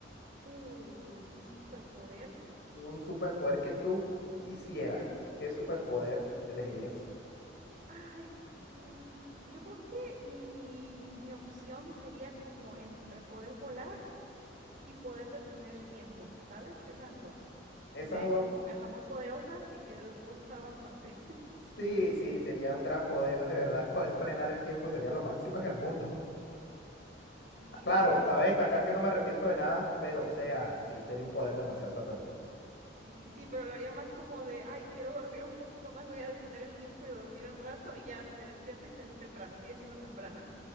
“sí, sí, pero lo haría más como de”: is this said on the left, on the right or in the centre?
Right